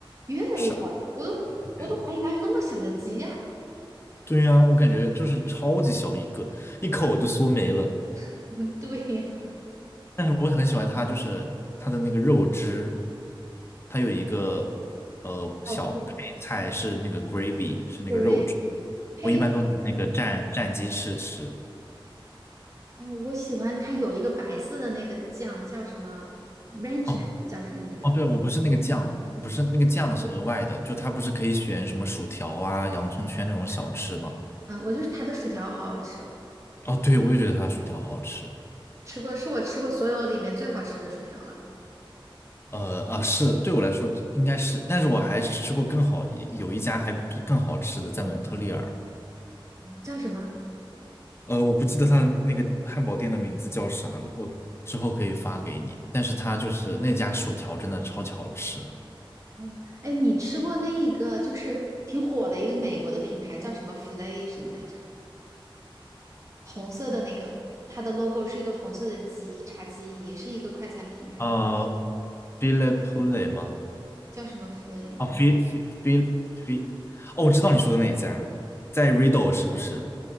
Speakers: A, on the right; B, on the left.
A: 越来越小了我都我都怀疑哪有那么小的鸡呀、
B: 是啊，嗯对呀，我感觉就是超级小一个，一口就嗦没了。
A: <laughs> 对呀、
B: 但是我很喜欢它，就是它的那个肉汁，它有一个呃小配菜是那个
A: 哦
B: gravy，是那个肉汁，
A: ，gravy 配。
B: 我一般都拿那个蘸蘸鸡翅吃。
A: 哦，我喜欢它有一个白色的那个酱，叫什么 ranch
B: 哦
A: 还是叫什么那个？
B: 哦，对，我不是那个酱，不是那个酱是额外的，就它不是可以选什么薯条啊、洋葱圈那种小吃吗？
A: 嗯，我就是它的薯条好好吃哦，
B: 哦，对，我也觉得它的薯条好吃。
A: 吃过是我吃过所有里面最好吃的薯条了，
B: 呃啊，是对我来说应该是，但是我还是吃过更好一有一家还更好吃的，在蒙特利尔。
A: 叫什么？
B: 呃，我不记得他的那个汉堡店的名字叫啥了，我之后可以发给你。但是他就是那家薯条真的超级好吃。
A: 嗯，哎，你吃过那一个就是挺火的一个美国的品牌叫什么 Flay 什么来着？红色的那个，它的 logo 是一个红色的鸡，炸鸡也是一个快餐品牌，
B: 呃，File p o e 吗？
A: 叫什么 Flay？
B: 啊，File File File，哦，我知道你说的那一家，在 r i d d l e 是不是